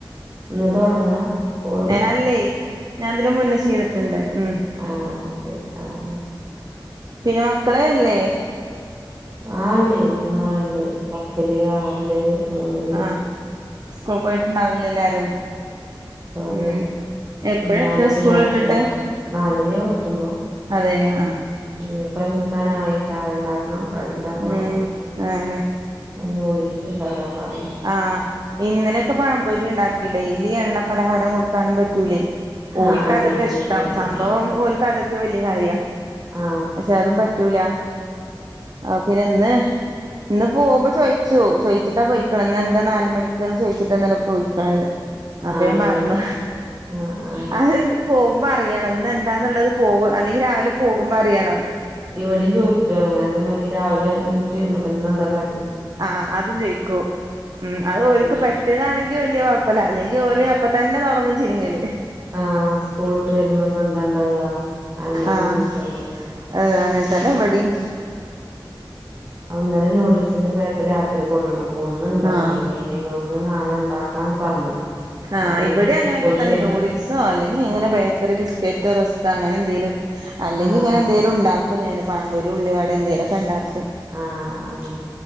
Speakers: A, on the right; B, on the right.
A: ഇന്ന് തൊടങ്ങാ കോള്
B: അല്ലേയ് ഞാൻ ഇതിന് മുന്നേ ചെയ്തിട്ടുണ്ട് ഉം
A: ആ ശരി ആ <inaudible>
B: പിന്ന മക്കളെല്ലേ
A: ആ ണ്ട് മൂന്നാളിണ്ട് ഏട്ടില് ആറില് മൂന്നില്
B: ആഹ് സ്കൂൾ പോയിട്ടുണ്ടാവില്ലേ എല്ലാരും
A: ഓര്
B: ഉം എപ്പഴാ
A: നാലരയാഉ
B: എത്താ സ്കൂൾ വിട്ടിട്ട്
A: എത്തുമ്പോ നാലരയാഉ എത്തുമ്പോ
B: അതേ ലേ ആഹ്
A: ഇനിപ്പോ എണീക്കാനായി ചായ ഉണ്ടാക്ക ഉം കടി ണ്ടാക്കണം
B: ഉം അതാണ്
A: പിന്ന നൂഡിൽസ് <unintelligible> <inaudible>
B: ആ ഇന്നലെക്കെ പഴംപൊരി ണ്ടാക്കി ഡെയിലി എണ്ണ പലഹാരം കൊടുക്കാനും പറ്റൂലൈ ഓൽക്ക്
A: ആ
B: അതൊക്കെ
A: ഡെയിലി
B: ഇഷ്ടം
A: കൊടുക്കണ
B: സംഭവം ഓൽക്കതൊ വല്യ കാര്യ
A: ആ ആ
B: പക്ഷെ അതും പറ്റൂല ആ പിന്നെ ഇന്ന് ഇന്ന് പോവുമ്പോ ചോയിച്ചൂ ചോയി ച്ചിട്ടാ പോയിക്കണെ ഇന്നെന്ത നാല്മണിക്ക്ന്ന് ചോയിച്ചിട്ടാണല പോയിക്കണത് അപ്പ
A: ആണല്ലേ
B: ഞൻ പറഞ്ഞു
A: ആ ആ
B: അത എന്ത് <unintelligible> പോകുമ്പോ അറിയണം ഇന്ന് എന്താന്ന്ള്ളത് പോക അല്ലെങ്കിൽ രാവില പോകുമ്പോ അറിയണം
A: ഇവിടെ ചോയിച്ചു അങ്ങനെ അതെ മായിരി രാവിലെ ണീച്ചു വരുമ്പോ തന്നെ ന്താ കടീന്ന്
B: ആഹ് അതും ചൊയിക്കൂ ഉം അത് ഓരിക്ക്
A: പിന്നെ
B: പറ്റിയതാണെങ്കി വല്യ കൊഴപ്പില്ല അല്ലെങ്കി ഓലി അപ്പതന്നെ തൊടങ്ങും ചിണിങ്ങലി
A: ആ ഉസ്കൂളിട്ട് വരുമ്പോന്ന ന്താണ്ടാവാ അങ്ങനെക്കെ
B: ആഹ്
A: <unintelligible> <inaudible>
B: ഏഹ് അങ്ങനെത്തെന്നെ ഇബിടീം
A: അന്നേരം നൂഡിൽസിന്റെ പാക്ക് രാത്രി കൊണ്ടുവന്ന അപ്പൊ ഒന്നുണ്ടാക്കിയപ്പൊ
B: ആഹ്
A: തിലൊന്ന് നാളെണ്ടാക്കാന്ന് പറഞ്ഞ്
B: ആഹ്
A: അപ്പൊ ഇനിപ്പോ
B: ഇവിടിയം അങ്ങനെ--ക്കെ
A: സ്കൂളിട്ട്
B: തന്നെ
A: വരുമ്പോ
B: നൂഡിൽസ് ആ അലെങ്കിങ്ങനെ ബേക്കറി ബിസ്ക്കറ്റ് റസ്ക് അങ്ങനെന്തേലും അല്ലെങ്കി
A: ആഹ്
B: ഇങ്ങനെന്തേലും ണ്ടാക്കും ഞ പഴമ്പൊരി ഉള്ളിവടന്തേലൊക്കെണ്ടാക്കും.
A: ആഹ് ആഹ്